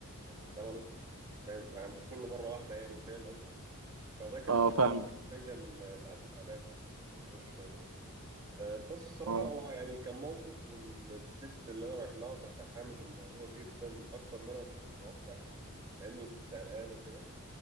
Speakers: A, on the right; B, on the right.
A: يعني ثمنه فاهم يعني كل مره واحده يعني فاهم قصدي فده كان
B: اه
A: من المواقف
B: فاهم
A: المحرجة اللي عدت عليا في في موضوع الشغل ده آه، بس الصراحة
B: اه
A: هو يعني كان موقف والست اللي أنا رايح لها تفهمت الموضوع جدا أكتر ما أنا كنت متوقع مع إني كنت قلقان وكده